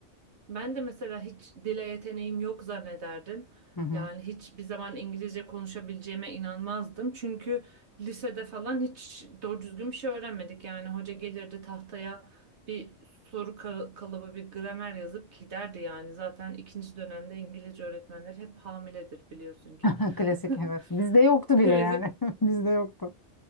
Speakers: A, on the right; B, on the left.
A: ben de mesela hiç dile yeteneğim yok zannederdim.
B: Hı hı.
A: Yani hiçbir zaman İngilizce konuşabileceğime inanmazdım. Çünkü lisede falan hiç doğru düzgün bir şey öğrenmedik. Yani hoca gelirdi tahtaya bir soru ka- kalıbı, bir gramer yazıp giderdi yani. Zaten ikinci dönemde İngilizce öğretmenleri hep hamiledir biliyorsun ki.
B: <laughs> Klasik
A: <laughs>
B: evet. Bizde yoktu
A: Klasik
B: bile yani. <laughs> Bizde yoktu.